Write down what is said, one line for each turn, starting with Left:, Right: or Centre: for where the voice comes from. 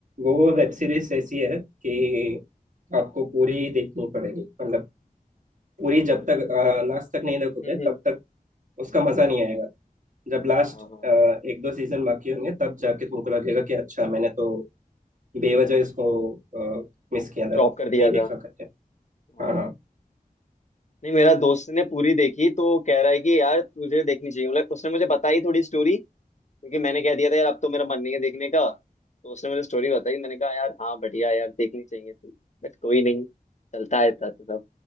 Right: वो वेब सीरीज ऐसी है कि आपको पूरी देखनी पड़ेगी मतलब पूरी जब तक लास्ट तक नहीं देखोगे
Left: हम्म हम्म
Right: तब तक उसका मजा नहीं आएगा जब लास्ट
Left: हाँ हाँ
Right: एक दो सीजन बाकी होंगे तब जाके तुमको लगेगा कि अच्छा मैंने तो बेवजह इसको मिस किया था
Left: ड्रॉप कर दिया
Right: नहीं देखा
Left: था
Right: करके
Left: हाँ
Right: हाँ हाँ
Left: नहीं मेरा दोस्त ने पूरी देखी तो कह रहा है कि यार तुझे देखनी चाहिए मतलब उसने मुझे बताई थोड़ी स्टोरी क्योंकि मैंने कह दिया था यार अब तो मेरा मन नहीं है देखने का तो उसने मुझे स्टोरी बताई मैंने कहा यार हाँ बढ़िया है यार देखनी चाहिए थी बट कोई नहीं चलता है था तो सब